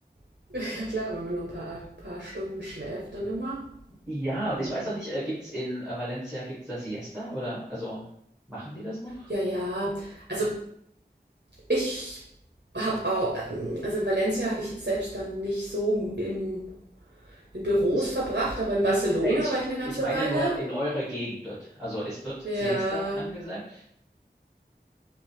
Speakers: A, on the right; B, in the centre.
A: <laughs> Ja klar, wenn man nur ein paar, paar Stunden schläft, dann immer.
B: Ja,
A: Also,
B: und ich weiß auch nicht, äh, gibt's in äh, Valencia, gibt's da Siesta oder, also machen die das noch?
A: ja, ja. Also ich habe auch, ähm, also in Valencia habe ich jetzt selbst dann nicht so im, in Büros
B: Ich,
A: verbracht, aber in Barcelona
B: ne, ich,
A: war ich eine ganze
B: ich meine
A: Weile.
B: nur in eurer Gegend dort. Also ist dort
A: Ja,
B: Siesta angesagt?